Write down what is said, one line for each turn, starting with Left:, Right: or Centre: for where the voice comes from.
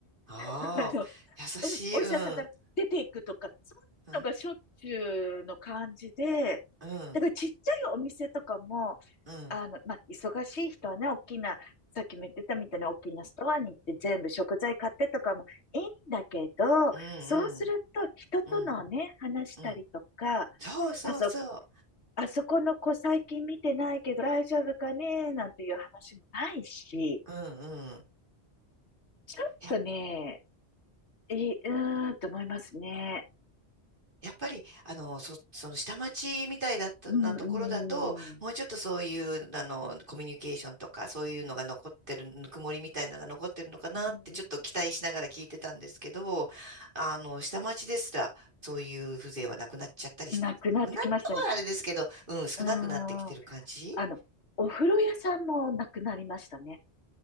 Right: ああ、
Left: <laughs> あの、
Right: 優しい、
Left: うんお医者さんから出ていくとか、
Right: うん、
Left: そういうのがしょっちゅうの感じで、
Right: うん、うん、
Left: だからちっちゃいお店とかも、
Right: うん、
Left: あの、まあ、忙しい人はね、大きなさっきも言ってたみたいな大きなストアに行って全部食材買ってとかもいいんだけど、
Right: うん、
Left: そうすると人とのね、
Right: うん、
Left: 話したりとか、
Right: うん。そうそうそ
Left: あそこ、あそこの子最近見てないけど大丈夫かねなんていう話もないし、
Right: う、うん、うん。
Left: ちょっとね、
Right: や、
Left: いい、うーんと思いますね。
Right: やっぱり、あの、そ、その下町みたいだったなところだと、
Left: うん、うん、
Right: もうちょっとそういう、あの、コミュニケーションとか、そういうのが残ってる、ぬくもりみたいなのが残ってるのかなって、
Left: うん、
Right: ちょっと期待しながら聞いてたんですけど、あの、下町ですら、そういう風情はなくなっちゃったりし、
Left: なくなってきましたね。
Right: なくなったはあれですけど、うん、少なくなってきてる感じ
Left: うーん、あの、お風呂屋さんもなくなりましたね。